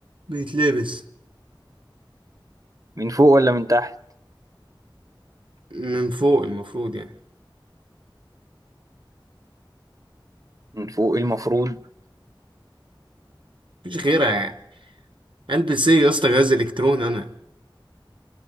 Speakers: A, on the right; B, on the right.
A: بيتلبس
B: من فوق ولا من تحت
A: من فوق المفروض يعني
B: من فوق إيه المفروض
A: مفيش غيرها يعني البس ايه يا اسطى جهاز الكترون انا